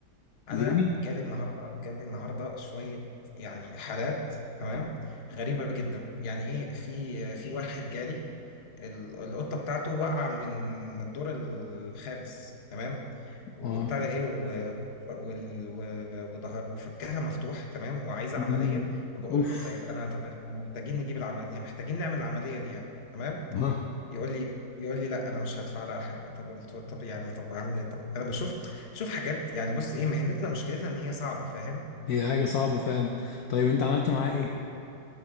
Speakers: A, on the left; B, on the left.
A: انا
B: ليه؟
A: جالي النهارده جالي النهارده شويه يعني حالات تمام غريبه جدا يعني ايه في في واحد جالي ال- القطه بتاعته وقع من الدور الخامس تمام وبتاع
B: اه
A: ده ايه و... وال... و... وده... وفكها مفتوح تمام وعايزه
B: مم.
A: عمليه وبقول
B: اوف
A: له طيب انا طب احنا محتاجين نجيب العمليه يعني محتاجين نعمل العمليه دي يعني تمام
B: ها
A: يقول لي يقول لي لا انا مش هدفع لها حاجه طب قلت له طب يعني طب اعمل ايه طب انا بشوف شوف حاجات يعني بص ايه مهنتنا مشكلتها ان هي صعبه فاهم
B: هي حاجة صعبة فعلا طيب انت عملت معاه ايه؟